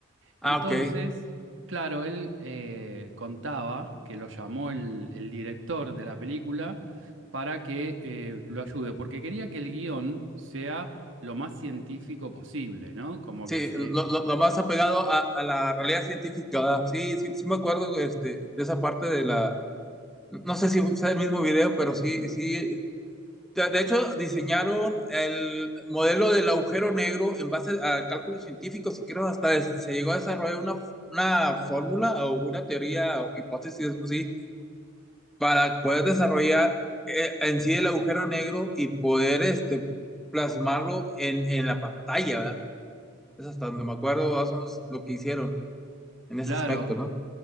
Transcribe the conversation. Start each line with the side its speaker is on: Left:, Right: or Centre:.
Centre: Ah,
Right: Entonces,
Centre: ok.
Right: claro, él eh, contaba que lo llamó el, el director de la película para que eh, lo ayude, porque quería que el guión sea lo más científico posible, ¿no? Como
Centre: Sí,
Right: que se...
Centre: lo, lo- lo más apegado a, a la realidad científica. ¿verdad? Sí, sí, sí me acuerdo este, de esa parte de la... No sé si fue el mismo video, pero sí, sí De, de hecho, diseñaron el modelo del agujero negro en base a cálculos científicos y creo hasta se llegó a desarrollar una, una fórmula o una teoría o hipótesis, algo así, para poder desarrollar eh, en sí el agujero negro y poder este, plasmarlo en, en la pantalla, ¿verdad? Es hasta donde me acuerdo, más o menos lo que hicieron en ese
Right: Claro,
Centre: aspecto, ¿no?